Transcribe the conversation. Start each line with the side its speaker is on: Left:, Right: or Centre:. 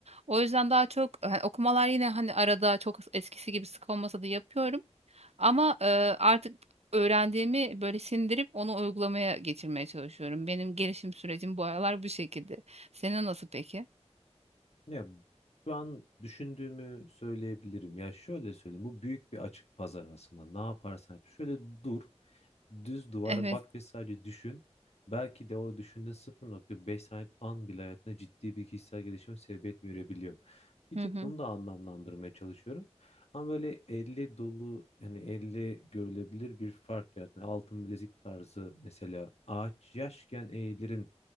Right: O yüzden daha çok hani okumalar yine hani arada çok eskisi gibi sık olmasa da yapıyorum. Ama e, artık öğrendiğimi böyle sindirip onu uygulamaya getirmeye çalışıyorum. Benim gelişim sürecim bu aralar bu şekilde. Senin nasıl peki?
Left: Ya şu an düşündüğümü söyleyebilirim. Ya şöyle söyleyeyim. Bu büyük bir açık pazar aslında. Ne yaparsan yap. Şöyle dur. Düz duvara
Right: Evet.
Left: bak ve sadece düşün. Belki de o düşündüğün 0.5 saniye an bile hayatında ciddi bir kişisel gelişime sebebiyet verebiliyor. Bir
Right: Hı
Left: tık
Right: hı.
Left: bunu da anlamlandırmaya çalışıyorum. Ama böyle elle dolu yani elle görülebilir bir fark yaratma. Altın bilezik tarzı mesela ağaç yaşken eğilirin